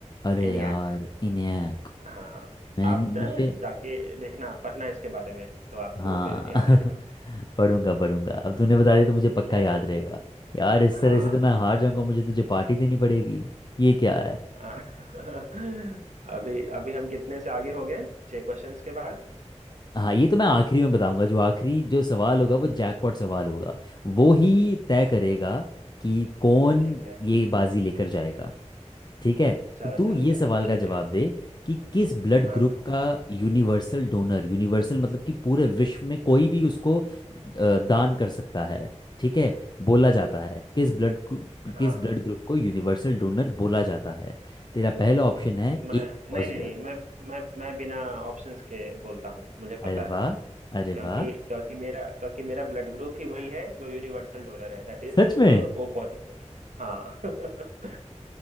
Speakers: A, on the left (about 35°); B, on the right (about 85°).
A: अरे
B: ENIAC
A: यार इन्हें
B: हाँ
A: मैं
B: आप ना
A: मुझे
B: जाके देखना पढ़ना इसके बारे में तो आपको
A: हाँ
B: फिर याद
A: <laughs>
B: रहेगा
A: पढ़ूंगा पढ़ूंगा अब तूने बता दिया तो मुझे पक्का
B: ठीक है
A: याद रहेगा यार इस
B: हाँ
A: तरह से तो मैं हार जाऊंगा मुझे तुझे पार्टी देनी पड़ेगी ये क्या है
B: हाँ। <laughs> अभी अभी हम कितने से आगे हो गए छह क्वेश्चंस के बाद
A: हाँ ये तो मैं आखिरी में बताऊंगा जो आखिरी जो सवाल होगा वो जैकपॉट सवाल होगा वो ही तय करेगा कि कौन
B: ठीक है
A: ये बाजी लेकर जाएगा ठीक है
B: चलो
A: तो तू
B: चलो
A: ये
B: चलो
A: सवाल
B: ठीक
A: का जवाब
B: है
A: दे कि किस ब्लड
B: हाँ
A: ग्रुप का यूनिवर्सल डोनर यूनिवर्सल मतलब कि पूरे विश्व में कोई भी उसको अ, दान कर सकता है ठीक है बोला जाता है किस ब्लड
B: हाँ
A: किस ब्लड ग्रुप को यूनिवर्सल डोनर बोला जाता है तेरा पहला ऑप्शन है
B: मैं
A: ए पॉजिटिव
B: नहीं नहीं नहीं मैं मैं मैं बिना ऑप्शंस के बोलता हूँ मुझे पता
A: अरे
B: है
A: वाह अरे
B: क्योंकि
A: वाह
B: क्योंकि मेरा क्योंकि मेरा ब्लड ग्रुप ही वही है जो यूनिवर्सल डोनर है दैट इज
A: सच में
B: ओ पॉजिटिव हाँ <laughs>